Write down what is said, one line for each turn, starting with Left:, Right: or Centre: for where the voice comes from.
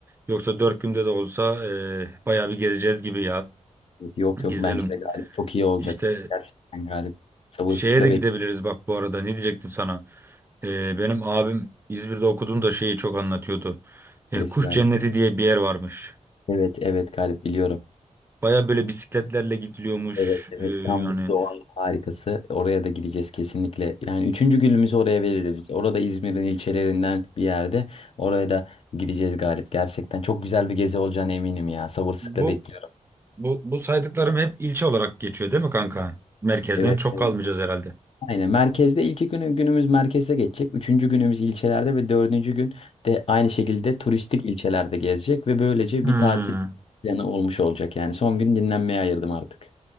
Right: Yoksa dört günde de olsa e, bayağı bir gezeceğiz gibi ya.
Left: yok yok
Right: Gezelim.
Left: bence de Galip çok iyi olacak
Right: İşte
Left: gerçekten Galip sabırsızlıkla
Right: e, şeye de gidebiliriz
Left: bekliyorum
Right: bak bu arada ne diyecektim sana. E, benim abim İzmir'de okuduğunda şeyi çok anlatıyordu. E,
Left: neresi
Right: Kuş
Left: Galip
Right: Cenneti diye bir yer varmış.
Left: evet evet Galip biliyorum
Right: Baya böyle bisikletlerle gidiliyormuş.
Left: Evet evet
Right: E,
Left: tam
Right: hani
Left: bir doğal harikası. Oraya da gideceğiz kesinlikle. Yani üçüncü günümüzü oraya veririz. Orada İzmir'in ilçelerinden bir yerde. Oraya da gideceğiz Galip. Gerçekten çok güzel bir gezi olacağına eminim ya. Sabırsızlıkla
Right: bu,
Left: bekliyorum.
Right: bu bu saydıklarım hep ilçe olarak geçiyor değil mi kanka? Merkezden
Left: Evet
Right: çok
Left: evet.
Right: kalmayacağız herhalde.
Left: Aynen merkezde ilk günü, günümüz merkezde geçecek. Üçüncü günümüz ilçelerde ve dördüncü gün de aynı şekilde turistik ilçelerde gezecek. Ve böylece
Right: Hmm.
Left: bir tatil planı olmuş olacak. Yani son gün dinlenmeye ayırdım artık.